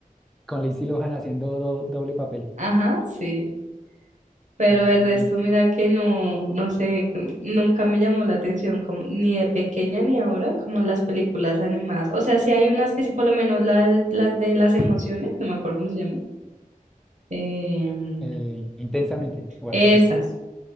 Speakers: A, in the centre; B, on the right.
A: con Lindsay Lohan haciendo do- doble papel.
B: Ajá, sí. Pero
A: Mm,
B: el resto, mira que no, no sé, nunca me llamó la atención, como, ni de pequeña ni ahora, como las películas animadas. O sea, sí hay unas que sí, por lo menos la de- las de las emociones, no me acuerdo cómo se llama. em,
A: eh, intensamente o
B: esas.
A: algo así.